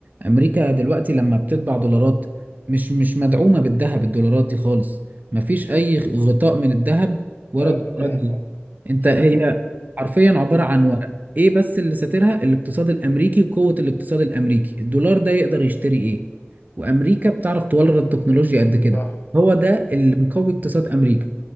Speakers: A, on the right; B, on the left.
A: امريكا دلوقتي لما بتطبع دولارات مش مش مدعومه بالذهب الدولارات دي خالص مفيش اي غطاء من الذهب ورا
B: أيوه
A: الدولارات
B: فاهم
A: دي
B: أه.
A: انت
B: <clears throat>
A: هي
B: مم.
A: حرفيا عباره عن
B: مم.
A: ورق ايه بس اللي ساترها الاقتصاد الامريكي وقوه الاقتصاد الامريكي الدولار ده يقدر يشتري ايه وامريكا بتعرف تورد تكنولوجيا قد كده
B: صح
A: هو ده اللي مقوي اقتصاد امريكا